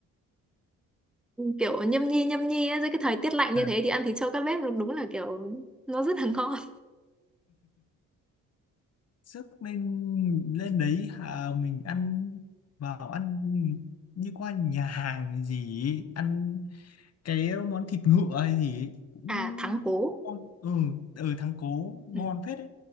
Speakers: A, in the centre; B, on the left (about 50°).
A: kiểu nhâm nhi nhâm nhi á, dưới cái thời tiết lạnh
B: Ờ,
A: như thế thì ăn thịt trâu các bếp đúng là kiểu nó rất là <laughs> ngon
B: sức lên lên đấy à mình ăn vào ăn đi qua nhà hàng gì ấy, ăn cái món thịt ngựa hay gì ấy, cũng
A: à thắng cố
B: ngon ừ ở thắng cố ngon
A: ừ,
B: phết đấy